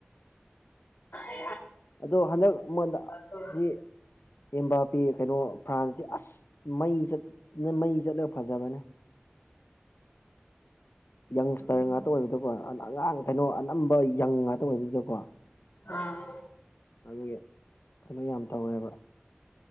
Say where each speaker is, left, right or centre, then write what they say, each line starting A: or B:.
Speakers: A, on the left; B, on the left.
A: ꯑ
B: ꯑꯗꯣ ꯍꯟꯗꯛ ꯑꯩꯣꯟꯗ
A: ꯇꯧ
B: ꯁꯤ ꯑꯕꯄꯤ ꯀꯩꯅꯣ ꯐ꯭ꯔꯥꯟꯁꯇꯤ ꯑꯁ ꯃꯩ ꯆꯠꯅ ꯃꯩ ꯆꯠꯂꯒ ꯐꯖꯕꯅꯦ ꯌꯪꯁꯇꯔ
A: ꯎꯝ
B: ꯉꯥꯛꯇ ꯑꯣꯏꯕꯗꯀꯣ ꯑꯉꯥꯡ ꯀꯩꯅꯣ ꯑꯅꯝꯕ ꯌꯪ ꯇ ꯑꯣꯏꯕꯗꯨꯗꯀꯣ
A: ꯑꯥ
B: ꯑꯗꯨꯒꯤ ꯀꯩꯅꯣ ꯌꯥꯝ ꯇꯧꯋꯦꯕ